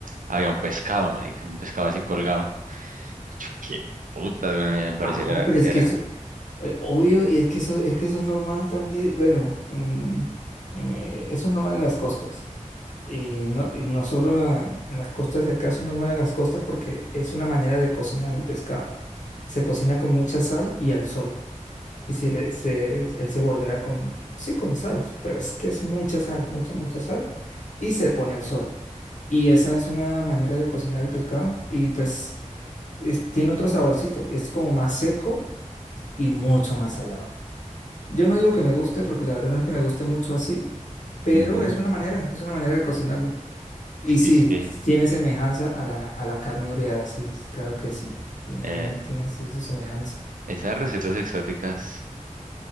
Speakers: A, on the right (about 85°); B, on the left (about 70°).
A: había un pescado, marica, un pescado así colgado. Yo, qué puta, me parecer
B: Ah,
A: era,
B: pero es
A: era.
B: que eso, Eh, Obvio, y es que eso, es que eso es normal también, bueno, en, eh, eso es normal en las costas. Y no, y no solo en en las costas de acá, eso es normal en las costas porque es una manera de cocinar el pescado. Se cocina con mucha sal y al sol. Y si le- se, él se bordea con, sí, con sal, pero es que es mucha sal, mucha, mucha sal, y se pone al sol. Y esa es una manera de cocinar el pescado y pues es- tiene otro saborcito, y es como más seco y mucho más salado. Yo no digo que me guste, porque la verdad no es que me guste mucho así, pero
A: Ujú,
B: es una manera, es una manera de cocinarlo. Y sí,
A: Sí, sí.
B: tiene semejanza a la, a la carne oreada, sí, claro que sí, tiene,
A: Eh,
B: tiene así su semejanza.
A: esas recetas exóticas,